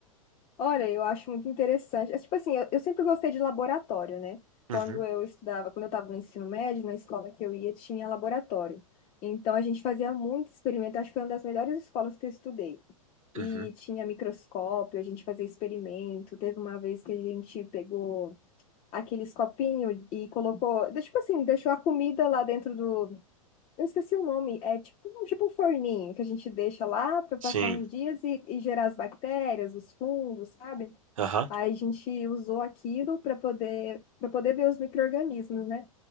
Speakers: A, on the left; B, on the right.
A: Olha, eu acho muito interessante. É, tipo assim, eu, eu sempre gostei de laboratório, né?
B: Uhum,
A: Quando eu estudava, quando eu estava no ensino médio, na escola que eu ia, tinha laboratório. Então, a gente fazia muito experimento. Acho que foi uma das melhores escolas que eu estudei. E
B: uhum.
A: tinha microscópio, a gente fazia experimento. Teve uma vez que a gente pegou aqueles copinhos e colocou, de- tipo assim, deixou a comida lá dentro do, Eu esqueci o nome. É tipo, um- tipo um forninho que a gente deixa lá para
B: Sim.
A: passar uns dias e, e gerar as bactérias, os fungos, sabe?
B: Aham.
A: Aí a gente usou aquilo para poder para poder ver os micro-organismos, né?